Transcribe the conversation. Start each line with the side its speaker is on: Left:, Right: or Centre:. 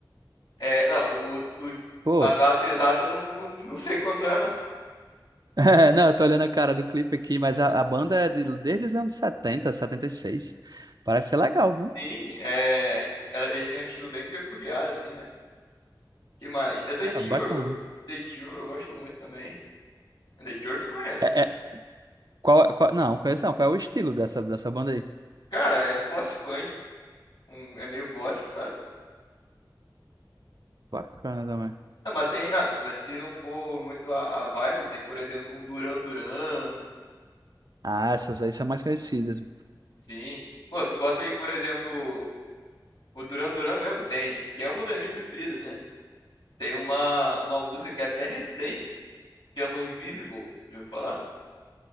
Left: É, não, o, o-
Right: Pô,
Left: a data exata eu não, não, <laughs> não sei quando é, não.
Right: <laughs> é, não, eu tô olhando a cara do clipe aqui, mas a, a banda é de- desde os anos setenta, setenta e seis. Parece ser legal, viu?
Left: Sim, é, ela- ele tem um estilo bem peculiar assim, né? Que mais? É The
Right: Cara,
Left: Cure,
Right: bacana.
Left: eu- The Cure eu gosto muito também. The Cure tu conhece,
Right: É,
Left: né?
Right: é- qual, qual- não, conheço não. Qual é o estilo dessa, dessa banda aí?
Left: Cara, é post-punk, um, é meio gótico, sabe?
Right: Bacana também.
Left: Não, mas tem, ah, mas se não for muito a, a vibe, tem, por exemplo, um Duran Duran,
Right: Ah, essas aí são mais conhecidas.
Left: sim. Pô, tu bota aí, por exemplo, o Duran Duran mesmo, tem, que é uma das minhas preferidas, né? Tem uma, uma música que é até recente, que chama Invisible, já ouviu falar?